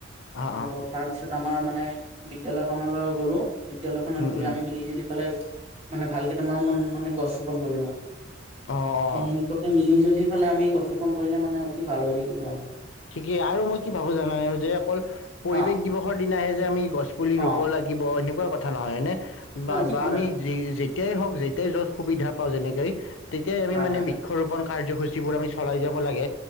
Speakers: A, on the left; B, on the right.
A: অ'
B: আৰু,
A: অ'
B: তাৰ পিছত আমাৰ মানে বিদ্যালয় খনলৈ গলো। বিদ্যালয়খনত
A: উম
B: বোলে
A: উম
B: আমি মিলি জুলি পেলাই মানে ভালকে তোমাৰ মন মানে গছ ৰোপন কৰিলো মই।
A: অ'
B: এ
A: অ'।
B: সেনেকুৱাকে মিলি জুলি এইফালে আমি গছ ৰোপন কৰিলে মানে অতি ভাল হৈ থাকিব আৰু
A: ঠিকেই আৰু মই কি ভাবো জানান, যে অকল পৰিৱেশ
B: অ
A: দিৱসৰ দিনা আহে যে আমি গছ পুলি ৰুব
B: অ
A: লাগিব এনেকুৱা কথা কথা নহয়, হয়নে?
B: নহয়
A: বা
B: ঠিক
A: বা
B: কথা
A: আমি যেতিয়াই হওক যেতিয়াই যত সুবিধা পাওঁ যেনেকে তেতিয়াই আমি
B: হয়
A: মানে
B: হয়
A: বৃক্ষৰোপন কাৰ্যসূচীবোৰ আমি চলাই যাব লাগে।